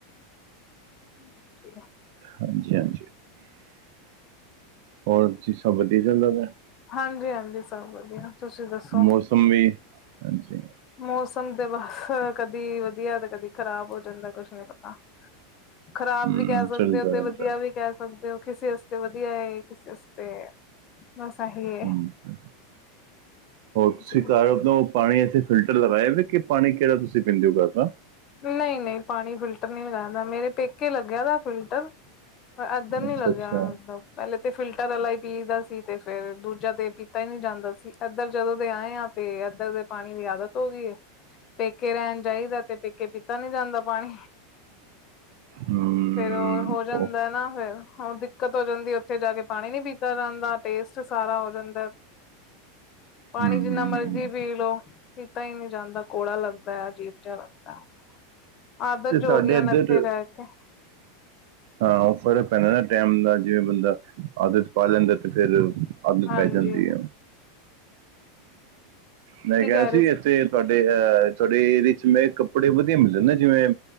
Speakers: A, on the left; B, on the right.
A: <unintelligible>
B: ਹਾਂਜੀ-ਹਾਂਜੀ, ਹੋਰ ਜੀ ਸਭ ਵਧੀਆ ਚੱਲਦਾ ਪਿਆ?
A: ਹਾਂਜੀ- ਹਾਂਜੀ, ਸਭ ਵਧੀਆ। ਤੁਸੀਂ ਦੱਸੋ
B: ਮੌਸਮ ਵੀ ਹਾਂਜੀ
A: ਮੌਸਮ ਦੇ ਬਸ ਕਦੀ ਵਧੀਆ, ਤੇ ਕਦੀ ਖ਼ਰਾਬ ਹੋ ਜਾਂਦਾ। ਕੁਛ ਨੀ ਪਤਾ ਖ਼ਰਾਬ
B: ਹਮ,
A: ਵੀ ਕਹਿ
B: ਚੱਲਦਾ
A: ਸਕਦੇ ਹੋ ਤੇ
B: ਰਹਿੰਦਾ
A: ਵਧੀਆ
B: ਹੈ
A: ਵੀ ਕਹਿ ਸਕਦੇ ਹੋ। ਕਿਸੇ ਵਾਸਤੇ ਵਧੀਆ ਏ ਕਿਸੇ ਵਾਸਤੇ, ਬਸ ਇਹੀ ਏ,
B: ਹਾਂਜੀ ਤੁਸੀਂ
A: ਜੀ।
B: ਘਰ ਆਪਣਾ ਉਹ ਪਾਣੀ ਐਸੇ ਫਿਲਟਰ ਲਗਾਇਆ ਵੇ, ਕਿ ਪਾਣੀ ਕਿਹੜਾ ਤੁਸੀਂ ਪੀਂਦੇ ਹੋ ਘਰ ਦਾ?
A: ਨਹੀਂ ਨਹੀਂ ਪਾਣੀ ਫਿਲਟਰ ਨਹੀਂ ਲਾਇਆ ਦਾ, ਮੇਰੇ ਪੇਕੇ ਲੱਗਿਆ ਦਾ ਫਿਲਟਰ, ਇੱਧਰ ਨਹੀਂ
B: ਅੱਛਾ
A: ਲੱਗਿਆ
B: ਅੱਛਾ
A: ਹੋਇਆ ਮਤਲਬ। ਪਹਿਲੇ ਤੇ ਫਿਲਟਰ ਵਾਲਾ ਹੀ ਪੀ ਦਾ ਸੀ, ਤੇ ਫੇਰ ਦੂਜਾ ਤੇ ਪੀਤਾ ਹੀ ਨੀ ਜਾਂਦਾ ਸੀ। ਇੱਧਰ ਜਦੋਂ ਦੇ ਆਏ ਹਾਂ ਤੇ ਇੱਧਰ ਦੇ ਪਾਣੀ ਦੀ ਆਦਤ ਹੋ ਗਈ ਏ ਪੇਕੇ ਰਹਿਣ ਜਾਈਦਾ ਤੇ ਪੇਕੇ ਪੇਕੇ ਪਿੱਤਾ ਨੀ ਜਾਂਦਾ। ਪਾਣੀ,
B: ਹੂੰ
A: ਫੇਰ ਉਹ ਹੋ ਜਾਂਦਾ
B: ਉਹ
A: ਨਾ ਫੇਰ। ਹਾਂ ਤੇ ਦਿੱਕਤ ਹੋ ਜਾਂਦੀ ਉੱਥੇ ਜਾ ਕੇ ਪਾਣੀ ਨੀ ਪੀਤਾ ਜਾਂਦਾ ਟੇਸਟ ਸਾਰਾ ਹੋ ਜਾਂਦਾ, ਪਾਣੀ
B: ਹੂੰ
A: ਜਿੰਨਾ ਮਰਜ਼ੀ ਪੀ ਲੋ, ਪੀਤਾ ਹੀ ਨਹੀਂ ਜਾਂਦਾ, ਕੌੜਾ ਲੱਗਦਾ, ਅਜੀਬ। <unintelligible> ਆਦਤ
B: ਤੇ
A: ਜੋ
B: ਤੁਹਾਡੇ
A: ਹੋ ਗਈ ਹੁਣ
B: ਇੱਧਰ,
A: ਇੱਥੇ ਰਹਿ ਕੇ
B: ਹਾਂ ਫਰਕ ਪੈਣਾ ਨਾ ਟਾਈਮ ਦਾ ਜਿਵੇਂ ਬੰਦਾ ਆਦਤ ਪਾ ਲੈਂਦਾ ਤੇ ਫੇਰ ਆਦਮੀ
A: ਹਾਂਜੀ
B: ਪੈ ਜਾਂਦੀ ਹੈ। ਮੈਂ
A: ਕੀ
B: ਕਿਹਾ
A: ਕਹਿ ਰਹੇ
B: ਸੀ ਇੱਥੇ
A: ਤੁਸੀਂ
B: ਤੁਹਾਡੇ ਅਹ ਤੁਹਾਡੇ ਏਰੀਏ ਚ ਮੈਂ ਕੱਪੜੇ ਵਧੀਆ ਮਿਲਦੇ? ਜਿਵੇਂ